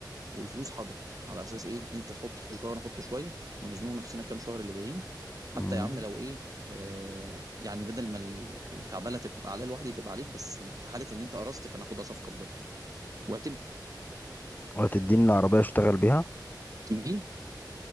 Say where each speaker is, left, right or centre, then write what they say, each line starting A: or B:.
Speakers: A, on the right; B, on the left.
A: والفلوس حاضره على اساس ايه انت تحط شويه وانا احط شويه ونزنقوا نفسنا كام شهر اللي جايين حتى
B: مم.
A: يا عم لو ايه آه يعني بدل ما ال- الكعبله تبقى عليا لوحدي تبقى عليك بس في حاله ان انت قرصت فانا اخدها صفقه بجد واعتمد
B: وهتديني العربية اشتغل بيها
A: تيجي